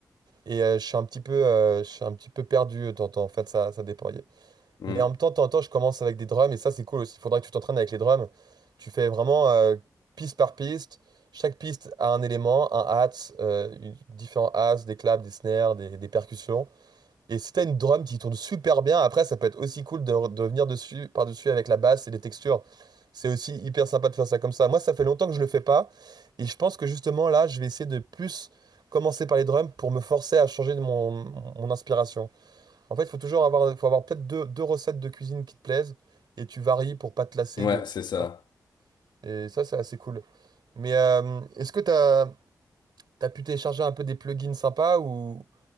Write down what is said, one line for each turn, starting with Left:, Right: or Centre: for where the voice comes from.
Right: Et euh, je suis un petit peu, euh, je suis un petit peu perdu de temps en temps. En fait, ça, ça dépend.
Left: mm.
Right: Mais en même temps, de temps en temps, je commence avec des drums et ça, c'est cool aussi. Il faudra que tu t'entraînes avec les drums. Tu fais vraiment euh, piste par piste. Chaque piste a un élément, un hats, euh, une- différents hats, des claps, des snares, des, des percussions. Et si t'as une drum qui tourne super bien, après, ça peut être aussi cool de, de venir dessus, par-dessus avec la basse et les textures. C'est aussi hyper sympa de faire ça comme ça. Moi, ça fait longtemps que je le fais pas. Et je pense que justement, là, je vais essayer de plus commencer par les drums pour me forcer à changer de mon, mon inspiration. En fait, il faut toujours avoir, faut avoir peut-être deux, deux recettes de cuisine qui te plaisent et tu varies pour pas te lasser
Left: Ouais,
Right: de.
Left: c'est ça.
Right: tu Et ça, c'est assez cool. Mais euh, est-ce que t'as, t'as pu télécharger un peu des plugins sympas ou.